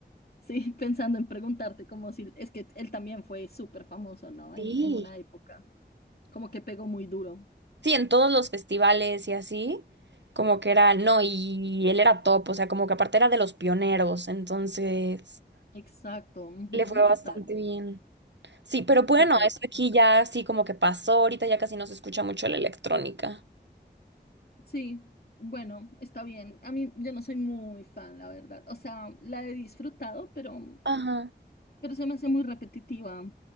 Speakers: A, on the left; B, on the right.
A: sí, <laughs> pensando en preguntarte como si, es que él también fue súper famoso, ¿no?
B: sí.
A: En, en una época. Como que pegó muy duro.
B: Sí, en todos los festivales y así, como que era, no, y él era top, o sea, como que aparte era de los pioneros, entonces...
A: Exacto. ujú,
B: Le fue bastante
A: total.
B: bien. Sí, pero bueno,
A: Total,
B: eso aquí ya así como que pasó, ahorita ya casi no se escucha mucho la electrónica.
A: Sí, bueno, está bien. A mí yo no soy muy fan, la verdad. O sea, la he disfrutado, pero,
B: Ajá.
A: pero se me hace muy repetitiva.